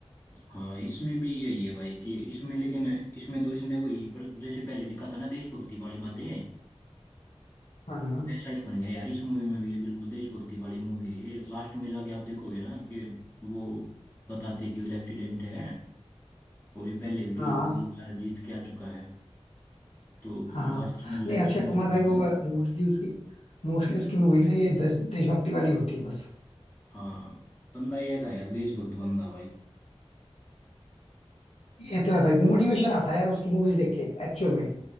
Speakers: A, on the left; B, on the left.
A: हाँ इसमें भी यही है भाई कि इसमें लेकिन इसमें तो इसने वही पर जैसे पहले दिखाता ना देशभक्ति वाली बातें
B: हाँ हाँ
A: वैसा ही बन गया यार इस मूवी में भी ये बिल्कुल देशभक्ति वाली मूवी है ये लास्ट में जाके आप देखोगे ना कि वो बताते हैं कि वो लेफ्टिनेंट है और ये पहले भी
B: हाँ
A: कई कई बार जीत के आ चुका है तो
B: हाँ हाँ।
A: लास्ट में जो
B: नहीं
A: एक्शन
B: अक्षय कुमार
A: करता
B: भाई
A: है
B: वो
A: ना
B: मोस्टली उसकी मोस्टली उसकी मूवी ना ये देश देशभक्ति वाली होती है बस
A: हाँ बंदा ही ऐसा है यार देशभक्त बंदा भाई
B: ये तो है भाई मोटिवेशन आता है यार उसकी मूवीज देख के एक्चुअल में